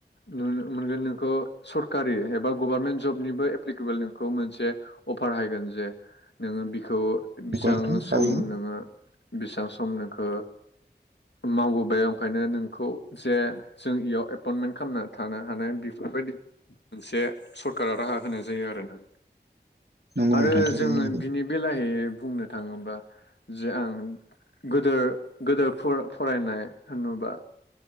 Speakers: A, on the left; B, on the right.
A: नुनो मोनगोन नोंखौ सरकारि एबा गभारनमेन्ट जबनिबो एप्लिकेबोल नोंखौ मोनसे अफार हायगोन जे नोङो बिखौ
B: नंगौ
A: बिसां
B: नोंथां थारैनो
A: सम नोङो बेसेबां सम नोंखौ मावबोबाय ओंखायनो नोंखौ जे जों इयाव एपइन्टमेन्ट खालामनानै थानो हानाय बेफोरबायदि मोनसे सरकारा राहा होनाय जायो आरोना
B: नंगौ
A: आरो
B: नोंथां थारैनो
A: जोङो
B: नंगौ
A: बिनि बेलाहै बुंनो थाङोब्ला जे आं गोदोर गोदोर फर फरायनाय होनोबा